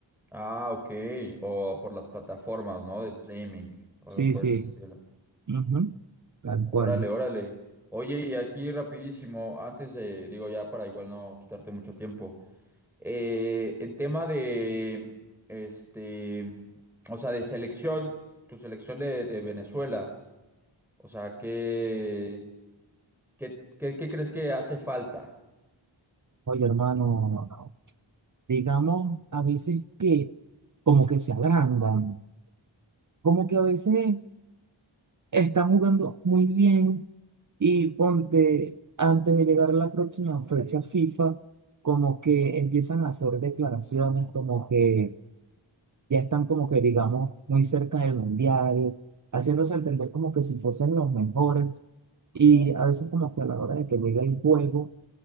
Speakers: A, in the centre; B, on the right.
A: Ah, ok. O por las plataformas, ¿no? De streaming, o
B: Sí,
A: algo por
B: sí,
A: el estilo.
B: ujú, Tal
A: Órale,
B: cual.
A: órale. Oye, y aquí rapidísimo, antes de, digo ya para igual no quitarte mucho tiempo. Eh, en tema de, este, o sea, de selección, tu selección de, de Venezuela, o sea, ¿qué, qué, qué- qué crees que hace falta?
B: Oye, hermano. digamos, a veces que como que se agrandan, como que a veces están jugando muy bien y ponte, antes de llegar a la próxima fecha FIFA, como que empiezan a hacer declaraciones, como que ya están como que, digamos, muy cerca del mundial, haciéndose entender como que si fuesen los mejores y a veces como que a la hora de que llegue el juego